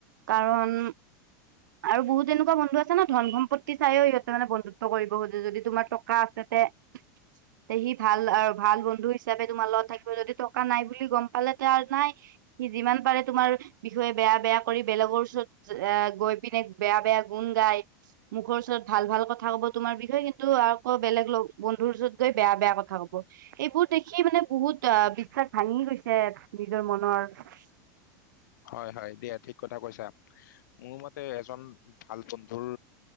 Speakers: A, on the right (about 80°); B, on the left (about 70°).
A: কাৰণ আৰু বহুত এনেকোৱা বন্ধু আছে ন ধন সম্পত্তি চাইও সিহঁতে মানে বন্ধুত্ব কৰিব খোজে যদি তোমাৰ টকা আছে তে <unintelligible> তে সি ভাল আৰু ভাল বন্ধু হিচাপে তোমাৰ লগত থাকিব যদি টকা নাই বুলি গম পালে তে আৰু নাই। সি যিমান পাৰে তোমাৰ বিষয়ে বেয়া বেয়া কৰি বেলেগৰ ওচৰত এ গৈ পিনে বেয়া বেয়া গুণ গায় মুখৰ ওচৰত ভাল ভাল কথা কব তোমাৰ বিষয়ে কিন্তু আকৌ বেলেগ বন্ধুৰ ওচৰত গৈ বেয়া বেয়া কথা কব। এইবোৰ দেখি মানে বহুত আ বিশ্বাস ভাঙি গৈছে নিজৰ মনৰ
B: হয় হয় দিয়া ঠিক কথা কৈছা, মোৰ মতে এজন ভাল বন্ধুৰ